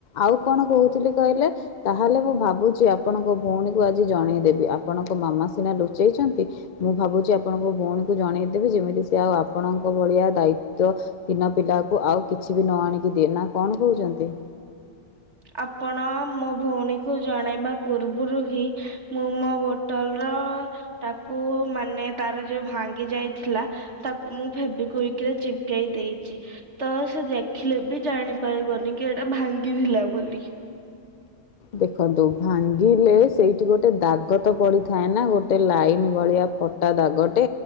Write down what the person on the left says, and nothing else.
ଆଉ କଣ କହୁଥିଲି କହିଲେ ତାହେଲେ ମୁଁ ଭାବୁଚି ଆପଣଙ୍କ ଭଉଣୀକୁ ଆଜି ଜଣେଇଦେବି ଆପଣଙ୍କ ମାମା ସିନା ଲୁଚେଇଚନ୍ତି। ମୁଁ ଭାବୁଚି ଆପଣଙ୍କ ଭଉଣୀକୁ ଜଣେଇଦେବି ଯେମିତି ସେ ଆଉ ଆପଣଙ୍କ ଭଳିଆ ଦାୟିତ୍ଵ ହିନ ପିଲାକୁ ଆଉ କିଛି ବି ନ ଆଣିକି ଦିଏ ନା କଣ କହୁଚନ୍ତି?
ଦେଖନ୍ତୁ ଭାଙ୍ଗିଲେ ସେଇଠି ଗୋଟେ ଦାଗ ତ ପଡିଥାଏ ନା ଗୋଟେ ଲାଇନ୍ ଭଳିଆ କଟା ଦାଗଟେ